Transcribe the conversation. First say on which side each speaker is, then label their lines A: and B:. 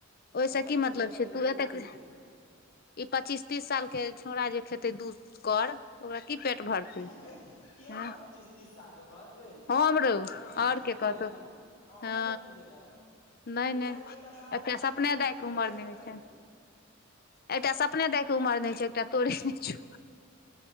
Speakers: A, on the left (about 45°); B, on the left (about 80°).
A: ओहिस
B: बचल
A: की मतलब
B: खुचल
A: छै
B: दऽ देलियै
A: तू एतेक
B: कुकुर
A: ई
B: के
A: पच्चीस तीस साल के छौड़ा जे खेते दू कर ओकरा की पेट भरतै
B: की हमरा
A: हँ
B: पच्चीस तीस साल के कहत गै
A: हं हम रह
B: हमरा की
A: आओर
B: उमरे
A: के कहतौ
B: भेल हे हमरा
A: हँ
B: उमरे की भेल हे एखन
A: नय
B: तोरा
A: नय
B: एकोटा शारदा
A: एकटा
B: सिन्हा
A: सपने
B: के गीत
A: दायके
B: अबै
A: उमर
B: छौ
A: नहि
B: तऽ
A: होइ
B: कही
A: छनि एकटा सपने दएके उमर नहि छै एकटा तोड़े नहि छौ